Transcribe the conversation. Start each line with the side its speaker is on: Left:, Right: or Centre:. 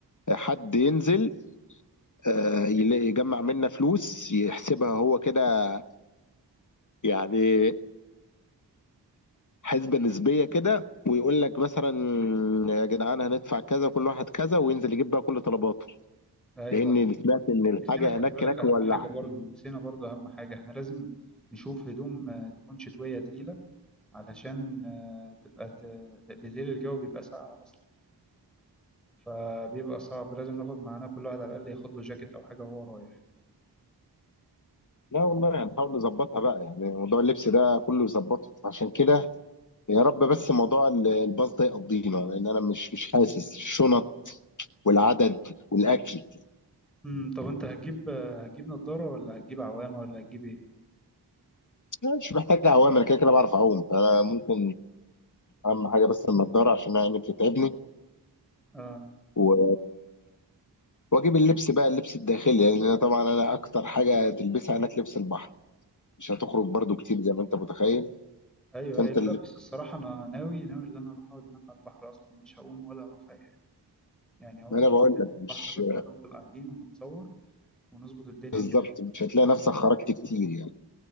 Left: حد ينزل آه، يلاقي- يجمع منا فلوس يحسبها هو كده يعني حسبة نسبية كده ويقول لك مثلا يا جدعان هندفع كذا كل واحد كذا وينزل يجيب بقى كل طلباته
Centre: ايوه
Left: لان سمعت ان الحاجة
Centre: نسينا خلي
Left: هناك
Centre: بالك
Left: هناك
Centre: اهم
Left: مولعة
Centre: حاجه برضو نسينا برضو اهم حاجه احنا لازم نشوف هدوم آه، تكون شتويه تقيله علشان آه، تبقى ت... بالليل الجو بيبقى ساقع أصلا فبيبقى صعب لازم ناخد معانا كل واحد على الأقل ياخد له جاكيت أو حاجة وهو رايح
Left: لا والله هنحاول نظبطها بقى يعني موضوع اللبس ده كله يظبطه عشان كده يا رب بس موضوع ال- الباص ده يقضينا لان انا مش مش حاسس الشنط والعدد والاكل
Centre: امم طب أنت هتجيب آه، هتجيب نضارة ولا هتجيب عوامة ولا هتجيب إيه؟
Left: لا، مش محتاج عوام انا كده كده بعرف اعوم فانا ممكن اهم حاجه بس النضاره عشان انا عيني بتتعبني
Centre: آه
Left: و... واجيب اللبس بقى اللبس الداخلي لان انا طبعا انا اكتر حاجه تلبسها هناك لبس البحر مش هتخرج برضو كتير زي ما انت متخيل
Centre: أيوه
Left: فانت
Centre: أيوه
Left: اللي
Centre: لا بس الصراحة أنا ناوي ناوي إن أنا أروح أقعد هناك على البحر أصلا مش هقوم ولا هروح أي حاجة يعني هو
Left: ما
Centre: حرفيا
Left: انا بقول لك
Centre: البحر
Left: مش
Centre: بس هنفضل قاعدين ونتصور ونظبط الدنيا
Left: بالظبط
Centre: كده
Left: مش هتلاقي نفسك خرجت كتير يعني